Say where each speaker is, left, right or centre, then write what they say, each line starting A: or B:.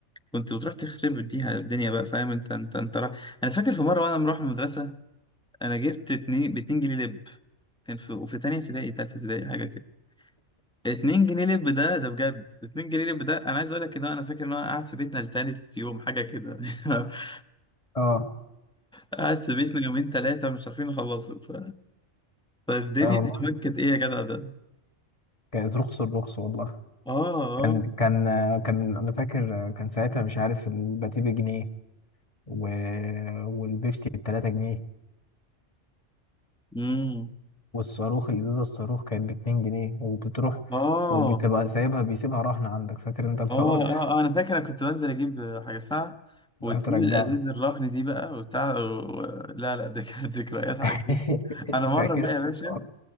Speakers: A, in the centre; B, on the left.
A: كنت بتروح تخرب بيها الدنيا بقى فاهم انت انت انت را... انا فاكر في مره وانا مروح من المدرسه انا جبت اتنين ب 2 جنيه لب كان في وفي تانية ابتدائي تالتة ابتدائي حاجه كده 2 جنيه لب ده ده بجد 2 جنيه لب ده انا عايز اقول لك ان هو، انا فاكر ان انا قاعد في بيتنا لتالت يوم حاجه كده <laughs>
B: اه
A: قعد في بيتنا يومين ثلاثة مش عارفين نخلصه ف... فالدنيا
B: اه والله
A: زمان كانت ايه يا جدع ده
B: كان رخص الرخص والله
A: اه اه
B: كان كان كان انا فاكر كان ساعتها مش عارف الباتيه بجنيه و... والبيبسي ب 3 جنيه
A: امم
B: والصاروخ الازازه الصاروخ كانت باتنين جنيه وبتروح
A: اه
B: وبتبقى سايبها بيسيبها رهن عندك فاكر انت الحوار
A: اه
B: ده
A: اه
B: <laughs>
A: آه، انا فاكر انا كنت بنزل اجيب حاجة ساعة وتسيب
B: تروح ترجع
A: الازاز
B: له
A: الرهن دي بقى وبتاع و... لا لا ده كانت <laughs> ذكريات
B: <laughs>
A: عجيبة انا مرة
B: فاكر
A: بقى
B: انت
A: يا باشا
B: الحوار ده؟